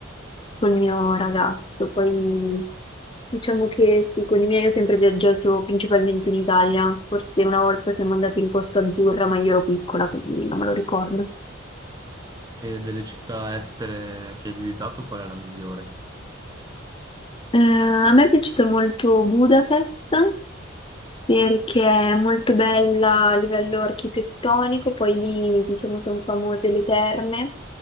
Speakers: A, on the left (about 25°); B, on the right (about 20°).
A: col mio ragazzo. Poi diciamo che sì, con i miei ho sempre viaggiato principalmente in Italia. Forse una volta siamo andati in Costa Azzurra, ma io ero piccola, quindi non me lo ricordo.
B: E delle città estere che hai visitato, qual è la migliore?
A: Eh, a me è piaciuta molto Budapest perché è molto bella a livello architettonico, poi lì diciamo sono famose le terme,